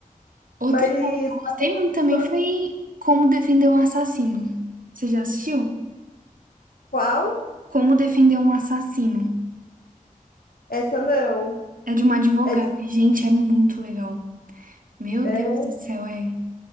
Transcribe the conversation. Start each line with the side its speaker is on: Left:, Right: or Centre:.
Right: Outra
Left: Mas
Right: série que eu gostei muito também
Left: sabe
Right: foi Como Defender um Assassino. Você já assistiu?
Left: qual?
Right: Como Defender um Assassino.
Left: Essa não.
Right: É de uma advogada.
Left: É, de-
Right: Gente, é muito legal. Meu
Left: é,
Right: Deus do céu, é.